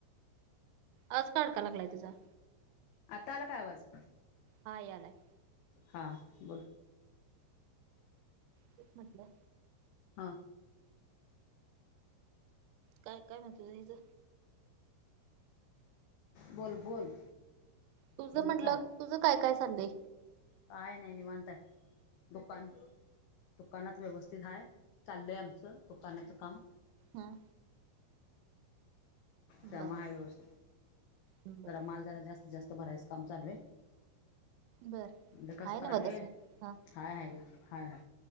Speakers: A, on the right; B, on the left.
A: आवाज का अडका लागलाय तुझा?
B: आता आला काय आवाज?
A: हा यालाय.
B: हा बोल.
A: तेच म्हटलं.
B: हां.
A: काय काय म्हण तुचं.
B: बोल बोल.
A: तुझं
B: बोलत
A: म्हटलं,
B: राहा
A: तुझं काय काय सांगे.
B: काय नाही निवांत आहे, दुकान. दुकानात व्यवस्थित आहे चाललय आमचं दुकानाचं काम.
A: हा
B: त्यांना
A: बर
B: हाय व्यवस्था,
A: बर
B: तर माल जरा जास्त. जास्त भरायचं काम चालू आहे,
A: बर
B: म्हणज कसं
A: आहे
B: करालय
A: ना मग तसं हा
B: हाय हाय ग, ‌हाय हाय,